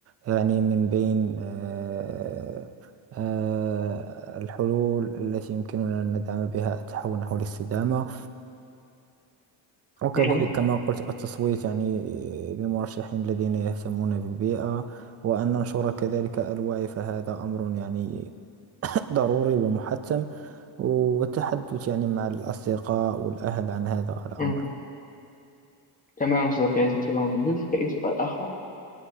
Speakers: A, on the right; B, on the left.
A: يعني من بين آه، آه، الحلول التي يمكننا أن ندعم بها التحول نحو الاستدامة وكذلك
B: نعم
A: كما قلت التصويت يعني للمرشحين الذين يهتمون بالبيئة وأن ننشر كذلك الوعي فهذا أمر يعني ضروري ومحتم والتحدث يعني مع الأصدقاء والأهل عن هذا الأمر
B: مم. تمام صديقي تمام لديك أي سؤال آخر؟